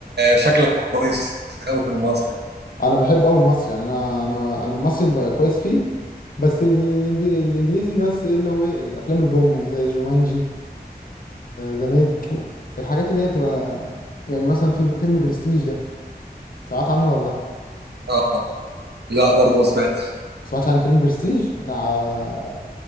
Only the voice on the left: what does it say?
انا بحب قوي المصري يعني انا انا انا المصري ب- كويس فيه بس الإنج- الانجليزي بس ايه اللي هو ايه الافلام البوم يعني زي جومانجي ذا ميج الحاجات اللي هي بتبقى يعني مثلا في فيلم برستيج ده سمعت عنه ولا
سمعتش عن فيلم برستيج بتاع آه،